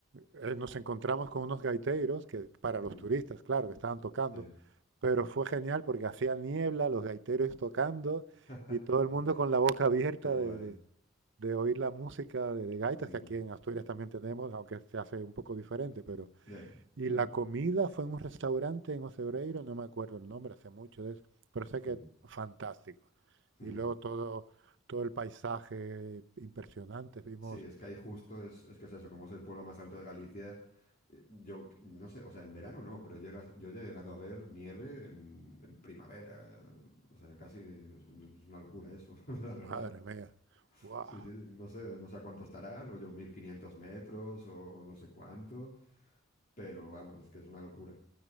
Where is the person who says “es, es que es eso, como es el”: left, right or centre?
Left